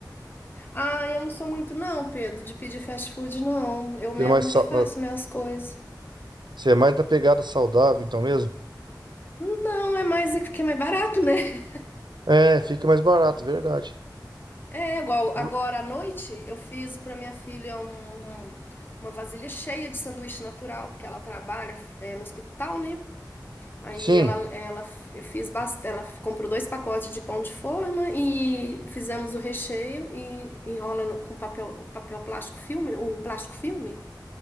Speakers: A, on the left; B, on the right.
A: Ah, eu não sou muito, não, Pedro, de pedir fast food, não. Eu mesma
B: É mais, sa-
A: que faço minhas coisas.
B: Você é mais da pegada saudável, então mesmo?
A: Não, é mais porque é mais barato, né?
B: É, fica mais barato, verdade.
A: É igual
B: Ju-
A: agora à noite eu fiz para minha filha um, um- uma vasilha cheia de sanduíche natural, porque ela trabalha é, no hospital, né? Aí
B: Sim,
A: ela, ela eu fiz bastante, ela comprou dois pacotes de pão de forma e fizemos o recheio e enrola no- com papel, papel plástico filme, o plástico filme,